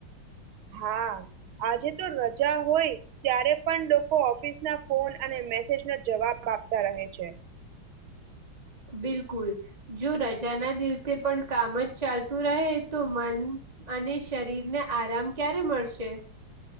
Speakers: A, on the right; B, on the right.
A: હા આજે તો રજા હોય ત્યારે પણ લોકો ઓફિસ ના ફોન અને મેસેજના જવાબ આપતા રહે છે.
B: બિલકુલ જો રજાના દિવસે પણ કામ જ ચાલતું રહે તો મન અને શરીરને આરામ ક્યારે મળશે?